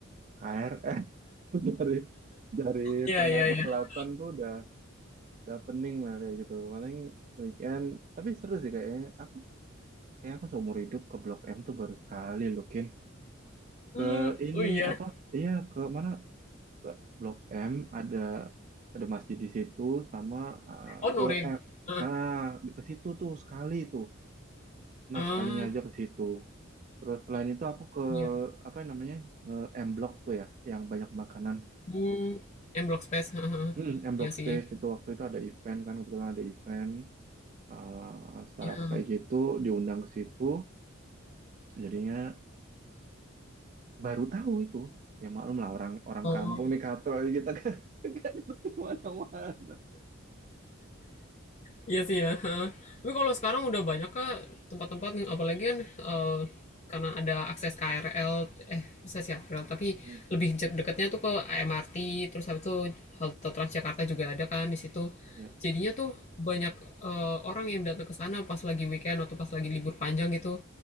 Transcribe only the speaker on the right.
KRL <laughs> dari dari
tengah
ke selatan tuh udah. udah pening lah kayak gitu paling weekend tapi seru sih kayaknya aku kayak aku seumur hidup ke Blok M tuh baru sekali loh Kin
ke ini
apa iya ke mana ke Blok M ada ada masjid di situ sama ah,
ke M
ah di- ke situ tuh sekali tuh nah
sekalinya aja ke situ terus selain itu aku ke
apa namanya eh, M Block tuh ya yang banyak makanan
hmm, M Block
Space itu waktu itu ada event kan kebetulan ada event eh, startup
kayak gitu diundang ke situ jadinya baru tahu itu ya maklum lah orang orang
kampung nih katro kita kan <laughs> nggak ngerti mana-mana
Hmm.
ya